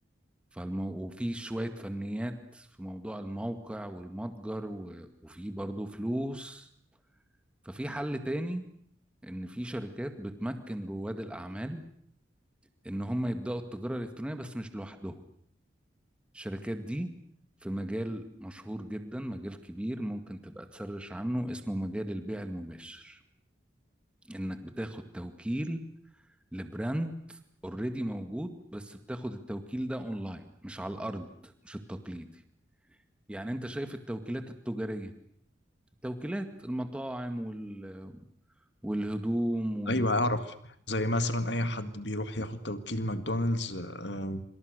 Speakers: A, in the centre; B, on the left (about 65°).
A: فالمو... وفي شوية فنيات في موضوع الموقع والمتجر و... وفي برضه فلوس ففي حل تاني ان في شركات بتمكن رواد الاعمال ان هم يبداوا التجارة الالكترونية بس مش لوحدهم الشركات دي في مجال مشهور جدا مجال كبير ممكن تبقى تسرش عنه اسمه مجال البيع المباشر انك بتاخد توكيل لبراند اوريدي موجود بس بتاخد التوكيل ده اونلاين مش على الارض مش التقليدي يعني انت شايف التوكيلات التجارية التوكيلات المطاعم وال... والهدوم وال...
B: ايوه اعرف زي مثلا اي حد بيروح ياخد توكيل ماكدونالدز آه،